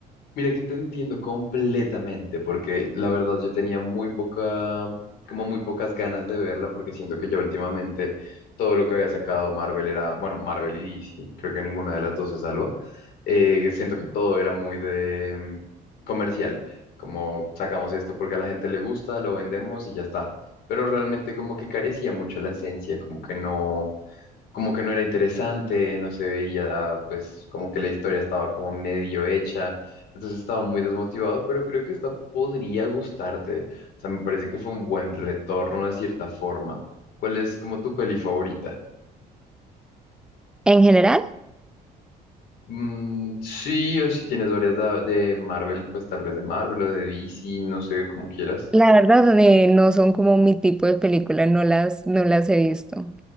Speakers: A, on the left; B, in the centre.
A: Mira que te entiendo completamente, porque la verdad yo tenía muy poca, como muy pocas ganas de verla, porque siento que ya últimamente todo lo que había sacado Marvel era, bueno, Marvel y DC, creo que ninguna de las dos se salva. Eh, siento que todo era muy de mm, comercial, como sacamos esto porque a la gente le gusta, lo vendemos y ya está. Pero realmente como que carecía mucho la esencia, como que no como que no era interesante, no se veía, pues como que la historia estaba como medio hecha, entonces estaba muy desmotivado, pero creo que esta podría gustarte, o sea, me parece que fue un buen retorno de cierta forma. ¿Cuál es como tu peli favorita?
B: En general,
A: Mm, sí, o si tienes varias da- de Marvel, pues tal vez de Marvel o de DC, no sé, como quieras.
B: la verdad, eh, no son como mi tipo de película, no las, no las he visto.